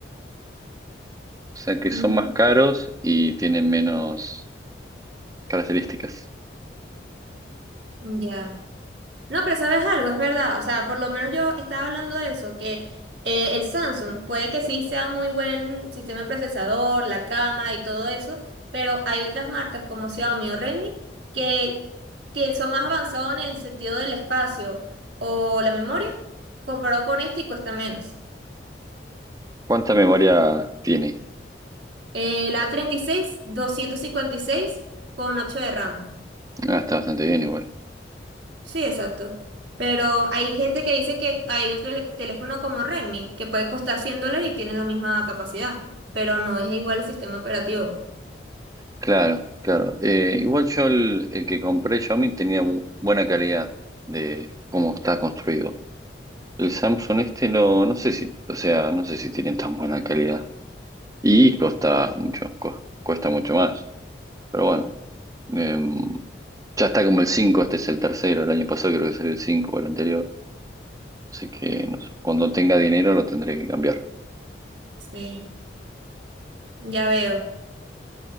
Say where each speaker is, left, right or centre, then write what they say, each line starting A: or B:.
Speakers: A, on the right (about 20°); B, on the right (about 80°).
A: O sea que
B: mm,
A: son más caros y tienen menos características.
B: ya. No, pero sabes algo, es verdad. O sea, por lo menos yo estaba hablando de eso, que eh, el Samsung puede que sí sea muy buen sistema de procesador, la cámara y todo eso, pero hay otras marcas como Xiaomi o Redmi que tien- son más avanzados en el sentido del espacio o la memoria, comparado con esto y cuesta menos.
A: ¿Cuánta memoria tiene?
B: Eh, la treinta y seis doscientos cincuenta y seis con 8 de RAM.
A: Ah, está bastante bien igual.
B: Sí, exacto. Pero hay gente que dice que hay otro tele- teléfono como Redmi que puede costar 100 dólares y tiene la misma capacidad, pero no es igual el sistema operativo.
A: Claro, claro. Eh, igual yo el, el que compré Xiaomi tenía bu- buena calidad de cómo está construido. El Samsung este no, no sé si, o sea, no sé si tienen tan buena calidad. Y cuesta mucho, cu- cuesta mucho más. Pero bueno, em, ya está como el cinco este es el tercero, el año pasado creo que salió el 5 o el anterior. Así que, no sé, cuando tenga dinero lo tendré que cambiar.
B: Sí. Ya veo.